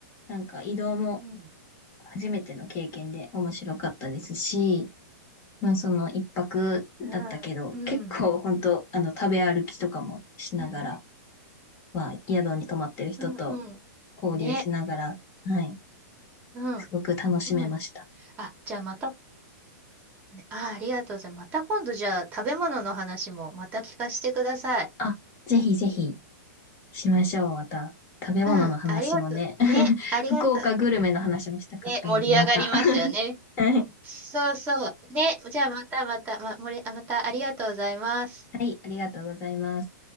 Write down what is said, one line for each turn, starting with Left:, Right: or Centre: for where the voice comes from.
Left: なんか移動も
Right: うん。
Left: 初めての経験で面白かったですし、まあその一泊だったけど、
Right: うん、
Left: 結構本当あの食べ歩きとかもしながら、
Right: うん、
Left: まあ宿に泊まってる人と
Right: うん、うん。
Left: 交流しながら、
Right: ね、
Left: はい。
Right: うん、
Left: すごく楽しめました。
Right: うん。あ、じゃあまた、ねあ、ありがとうございます。また今度、じゃあ、食べ物の話もまた聞かせてください。
Left: あ、ぜひぜひ。しましょう、また。食べ物の話もね、
Right: うん、ありがとう。
Left: <laughs>
Right: ね、ありがとう。
Left: 福岡グルメの話もしたかったので、
Right: ね、盛り上がりますよね。
Left: また。<laughs> は
Right: そうそう。ね、じゃあまたまた、ま、盛り、あまたありがとうございます。
Left: い、ありがとうございます。